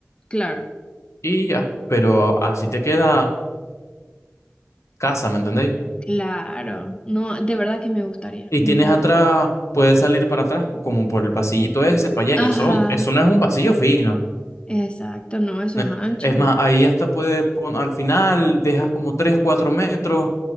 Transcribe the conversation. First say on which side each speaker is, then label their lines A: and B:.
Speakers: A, on the left; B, on the left.
A: Claro,
B: y ya, pero así te queda casa, ¿me entendéis?
A: claro. No, de verdad que me gustaría,
B: Y
A: me
B: tienes
A: encantaría.
B: atrás, puedes salir para atrás como por el pasillito ese, para allá
A: Ajá,
B: y eso, eso no es un pasillo fino.
A: exacto, no, eso
B: Ne-
A: es ancho.
B: Es más, ahí hasta puedes poner, al final dejas como 3 4 metros